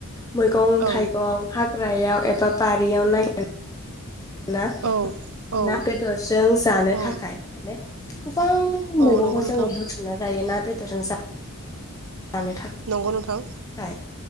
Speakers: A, on the left; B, on the right.
A: मैगं
B: औ
A: थाइगं हा हाग्रायाव एबा बारियाव नागेर ना
B: औ औ
A: ना बेदरजों जानो
B: औ
A: थाखाय माने गोबां
B: औ
A: मैगंखौ
B: नंगौ नोंथां
A: जोङो बुथुमना जायो ना बेदरजों जा जानो
B: नंगौ नोंथां
A: खाय